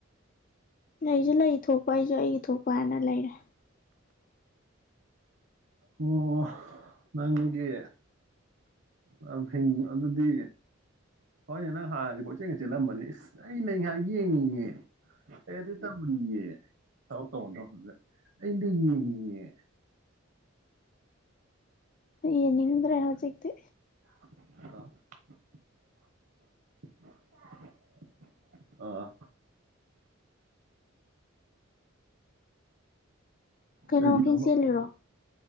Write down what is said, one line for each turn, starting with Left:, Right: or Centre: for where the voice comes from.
Left: ꯂꯩꯁꯨ ꯂꯩ ꯊꯣꯛꯄ ꯑꯩꯁꯨ ꯑꯩꯒꯤ ꯊꯣꯛꯄ ꯍꯥꯏꯅ ꯂꯩꯔꯦ
Right: ꯑꯣ ꯅꯪꯒꯤ ꯥꯌꯥꯝ ꯐꯩ ꯑꯗꯨꯗꯤ ꯍꯣꯏꯅꯦ ꯅꯪ ꯍꯥꯟꯅꯗꯤ ꯀꯣꯏꯆꯦꯟꯒ ꯆꯤꯜꯂꯝꯕꯅꯦ ꯏꯁ ꯑꯩ ꯂꯩ ꯉꯥꯏꯍꯥꯛ ꯌꯦꯡꯉꯤꯒꯦ ꯑꯩ ꯑꯗꯨ ꯇꯧꯔꯤꯌꯦ <unintelligible> ꯑꯩ ꯂꯩ ꯌꯦꯡꯉꯤꯌꯦ
Left: ꯂꯩ ꯌꯦꯡꯅꯤꯡꯗ꯭ꯔꯦ ꯍꯧꯖꯤꯛꯇꯤ
Right: <unintelligible> ꯑꯥ <inaudible>
Left: ꯀꯩꯅꯣ
Right: ꯀꯩꯒꯤꯅꯣꯕ
Left: ꯅꯪ ꯋꯥꯀꯤꯡ ꯆꯦꯜꯂꯤꯔꯣ